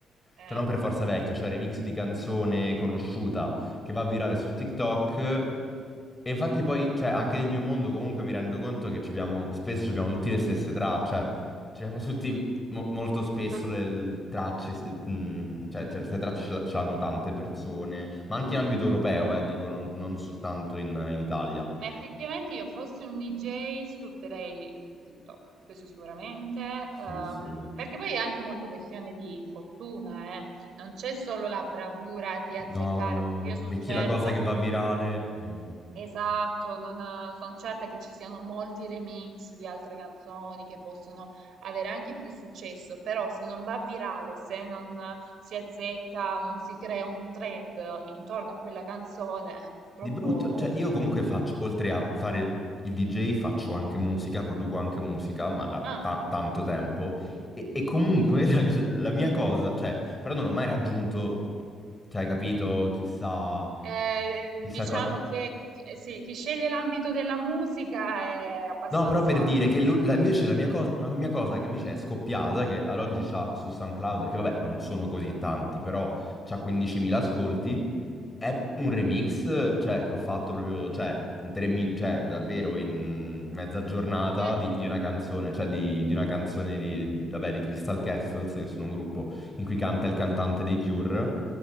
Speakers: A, on the right; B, on the left.
A: eh,
B: cioè non per forza vecchia, cioè remix di canzone conosciuta che va virale su TikTok. E infatti poi, cioè, anche nel mio mondo comunque mi rendo conto che ci abbiamo, spesso ci abbiamo tutti le stesse tracce, cioè, ci abbiamo tutti mo- molto spesso
A: ma,
B: le tracce, se- mh, cioè, certe tracce ce l'ha- ce l'hanno tante persone, ma anche in ambito europeo, eh, dico, non, non soltanto in, in Italia.
A: ma effettivamente io fossi un DJ sfrutterei TikTok, questo sicuramente,
B: Sì,
A: ehm,
B: sì.
A: perché poi è anche molto questione di fortuna, eh. Non c'è solo la bravura di azzeccare,
B: No, no,
A: perché io sono
B: perché
A: certa
B: la cosa che va virale... eh.
A: Esatto, non, sono certa che ci siano molti remix di altre canzoni che possono avere anche più successo, però se non va virale, se non si azzecca, non si crea un trend intorno a quella canzone, purtroppo
B: Di brutto, cioè
A: rimane
B: io comunque
A: lì.
B: faccio, oltre a fare il DJ, faccio anche musica, produco anche musica, ma da
A: Ah,
B: ta- tanto tempo, e, e comunque <laughs> la, la mia cosa, cioè, però non ho mai raggiunto, cioè, hai capito, chissà,
A: eh, diciamo
B: chissà cosa...
A: che chi, eh, sì, chi sceglie l'ambito della musica è abbastanza...
B: No, però per dire che l'u- la- invece la mia cosa, una mia cosa che invece è scoppiata, che ad oggi c'ha su SoundCloud, che vabbè non sono così tanti, però c'ha 15.000 ascolti, È un remix, cioè, che ho fatto proprio, cioè, in tre min- cioè, davvero in mezza giornata
A: Eh,
B: di, di una canzone, cioè, di, di una canzone di, vabbè, di Crystal Castles, che sono un gruppo in cui canta il cantante dei Cure,